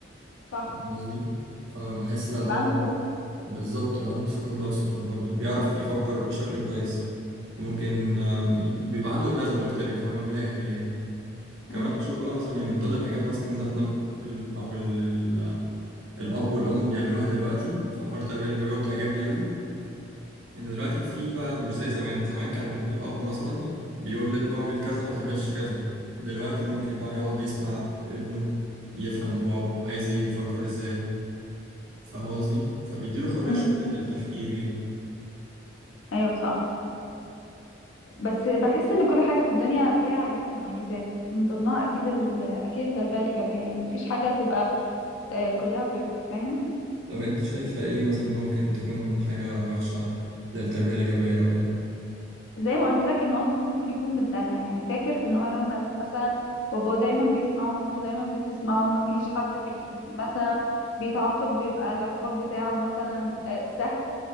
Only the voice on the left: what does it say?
صح
بيبقى
عنده ثقة
امم
امم
أيوه صح بس بحس إن كل حاجة في الدنيا ليها عيوب ومميزات من ضمنها أكيد ال... أكيد التربية الإيجابية يعني مفيش حاجة تبقى آه، كلها بيرفكت فاهم؟
زي ما قلت لك ان هو الطفل ممكن يكون متدلع يعني فاكر ان هو لما ال- مثلا باباه دايما بيسمعه ومامته دايما بتسمعه ما فيش حد بي مثلا بيتعاقب بيبقى العقاب بتاعه مثلا آه، سهل